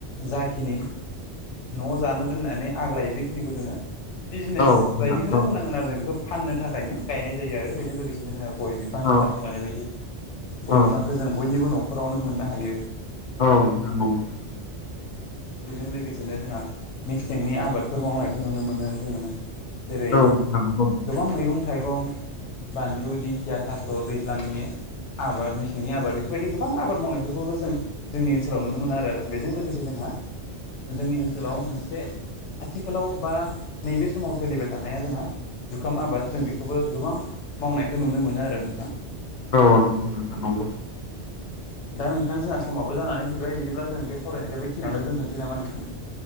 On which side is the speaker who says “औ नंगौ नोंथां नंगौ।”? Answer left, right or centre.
Left